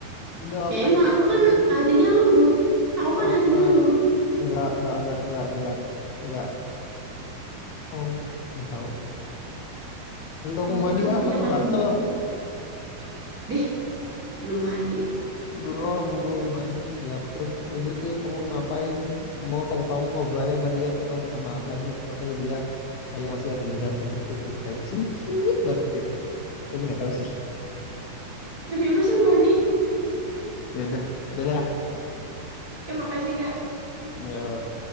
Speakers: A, on the left; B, on the right.
A: udah
B: Ya
A: aku
B: emang
A: mau
B: aku
A: mandi
B: kan hatinya lembut. Aku
A: Eh,
B: kan hatinya lembut.
A: nggak nggak nggak nggak nggak nggak nggak oh, nggak tahu udah aku
B: Aku
A: mandi
B: kan hatinya
A: ah aku
B: kan
A: gatel
B: lembut. Deh, belum mandi.
A: belum belum mandi gatel udah deh kamu ngapain mau kamu kamu ngobrol aja sama dia tuh kamu minta maaf lagi siapa tahu dia kayak masih ada dendam sedikit gitu kayak sedikit banget gitu tapi nggak tahu sih
B: Ya udah sana mandi.
A: ya udah dadah
B: Terima kasih, Kak.
A: Yuk.